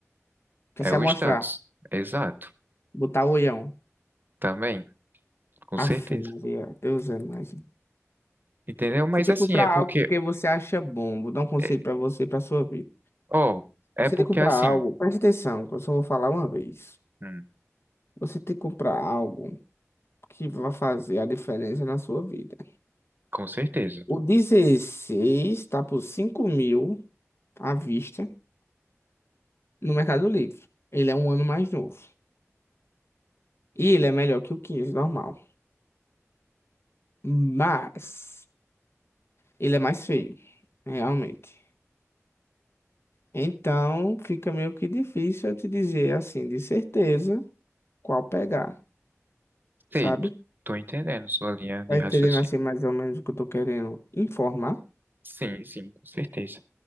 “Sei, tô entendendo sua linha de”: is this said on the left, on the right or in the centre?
Right